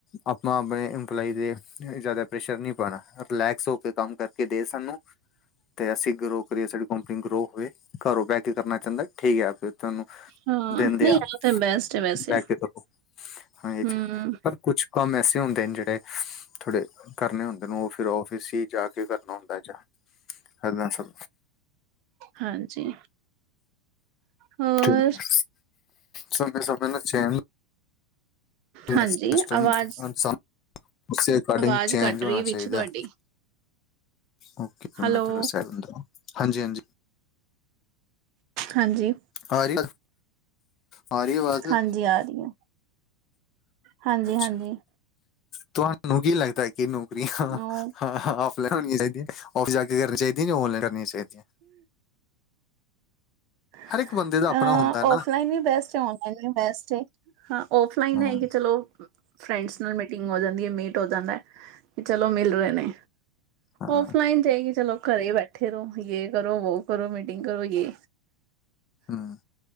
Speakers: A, on the left; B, on the right.
A: ਆਪਾਂ ਆਪਣੇ ਇੰਪਲਾਈ ਦੇ ਜ਼ਿਆਦਾ ਪ੍ਰੈਸ਼ਰ ਨਹੀਂ। ਰਿਲੈਕਸ ਹੋ ਕੇ ਕੰਮ ਕਰਕੇ ਦੇ ਸਾਨੂੰ। ਤੇ ਅਸੀਂ ਗਰੋ ਕਰੀਏ ਸਾਡੀ ਕੰਪਨੀ ਗਰੋ ਹੋਵੇ। ਘਰੋਂ ਬਹਿ ਕੇ ਕਰਨਾ ਚਾਹੁੰਦਾ ਠੀਕ ਹੈ। ਫਿਰ ਤੁਹਾਨੂੰ
B: ਹਾਂ
A: ਦਿੰਦੇ
B: ਨਹੀਂ
A: ਆ
B: ਤਾਂ ਬੈਸਟ ਹੈ ਵੈਸੇ
A: ਬੇ ਕੇ ਤੁਹਾਨੂੰ। ਹਾਂ ਇਝ,
B: ਹੂੰ
A: ਪਰ ਕੁਛ ਕੰਮ ਐਸੇ ਹੁੰਦੇ ਜਿਹੜੇ ਥੋੜੇ ਕਰਨੇ ਹੁੰਦੇ। ਤੈਨੂੰ ਫਿਰ ਆਫਿਸ ਹੀ ਜਾ ਕੇ ਕਰਨਾ ਹੁੰਦਾ ਏਨਾ ਸਭ
B: ਹਾਂਜੀ। ਹੋਰ
A: ਠੀਕ ਸਮੇ ਸਮ ਸੇ ਨਾਲ ਚੈਨ। ਤੁਹਾਡਾ
B: ਹਾਂਜੀ
A: ਸਿਸਟਮ
B: ਆਵਾਜ਼
A: ਹਾਨ ਸਾਭ। ਉਸੇ ਰਿਕਾਡਿੰਗ
B: ਆਵਾਜ਼
A: ਚੇਂਜ
B: ਕੱਟ
A: ਹੋਣਾ
B: ਰਹੀ ਵਿੱਚ
A: ਚਾਹੀਦਾ
B: ਤੁਹਾਡੀ
A: ਹੈ। ਓ ਕੇ
B: ਹੈਲੋ
A: ਮੈ ਥੋਂੜਾ ਸੈਲਡ ਹੋਊ ਹਾਂਜੀ ਹਾਂਜੀ
B: ਹਾਂਜੀ,
A: ਆ ਰਹੀ ਆ ਰਹੀ ਆਵਾਜ਼
B: ਹਾਂਜੀ ਆ ਰਹੀਆਂ। ਹਾਂਜੀ
A: ਅੱਛਾ
B: ਹਾਂਜੀ।
A: ਤੁਹਾਨੂੰ ਕੀ ਲੱਗਦਾ? ਕਿ ਨੌਕਰੀਆਂ ਹ
B: ਉਹ
A: ਹਾਂ ਹਾਂ ੀਆਂ ਚਾਹੀਦੀਆਂ ਔਫਿਸ ਆ ਕੇ ਕਰਨੀ ਚਾਹੀਦੀਆ ਜਾਂ ਔਨਲਾਨ ਕਰਨੀੀਆਂ ਚਾਹੀਦੀਆਂ। <unintelligible>
B: ਅ
A: ਹਰ ਇੱਕ ਬੰਦੇ ਦਾ ਆਪਣਾ ਹੁੰਦਾ ਨਾ
B: ਔਫਲਾਈਨ ਵੀ ਬੈਸਟ ਹੈ। ਹਾਂ, ਔਫਲਾਈਨ
A: ਹਾਂ
B: ਹੈ ਕੇ ਚਲੋ। ਫਰੈਂਡਸ ਨਾਲ ਮੀਟਿੰਗ ਹੋ ਜਾਂਦੀ ਹੈ। ਮੀਟ ਹੋ ਜਾਂਦਾ। ਚਲੋ ਮਿਲ ਰਹੇ ਨੇ
A: ਹਾਂ
B: ਔਫਲਾਈਨ ਜਾਏਗੀ ਚਲੋ, ਘਰੇ ਬੈਠੇ। ਇਕੱਠੇ ਰਹੋ, ਯੇ ਕਰੋ, ਵੋ ਕਰੋ, ਮੀਟਿੰਗ ਕਰੋ ਯ
A: ਹੂੰ